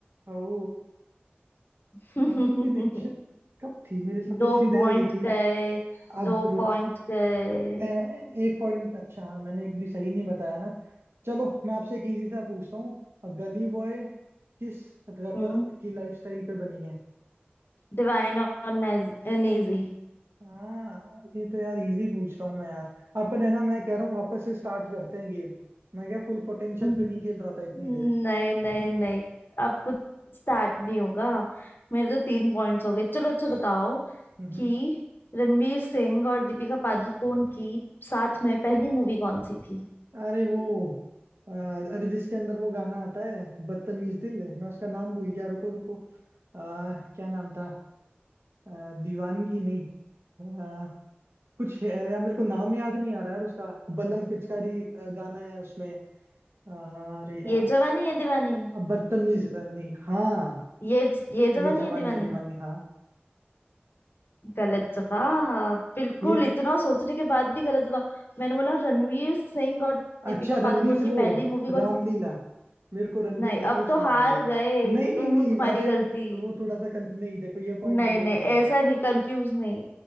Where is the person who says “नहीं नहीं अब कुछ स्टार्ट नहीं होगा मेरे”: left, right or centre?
Left